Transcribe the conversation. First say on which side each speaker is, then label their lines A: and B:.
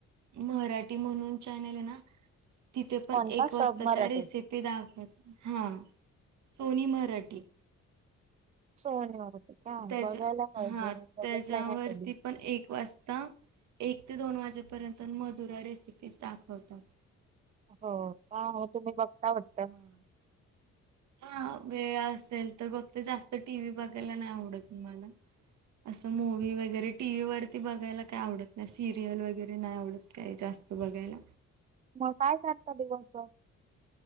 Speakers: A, on the right (about 70°); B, on the right (about 25°).
A: मराठी म्हणून चॅनेल आहे ना तिथे पण
B: कोणता
A: एक
B: सब
A: वाजता
B: मराठी
A: त्या रेसिपी दाखवत हां सोनी मराठी.
B: सोनी मराठी. का
A: त्याच्या
B: बघायला पाहिजे
A: हां
B: बघितला
A: त्याच्यावरती
B: नाही कधी
A: पण एक वाजता एक ते दोन वाजेपर्यंत मधुरा रेसिपीज दाखवतात.
B: हो का हो तुम्ही बघता वाटत?
A: हा. हा वेळ असेल तर बघते जास्त टी व्ही बघायला नाय आवडत मला. असं मूवी वगैरे टीव्ही वरती बघायला काय आवडत सिरियल वगैरे नाय आवडत काय जास्त बघायला.
B: मग काय करता दिवसभर?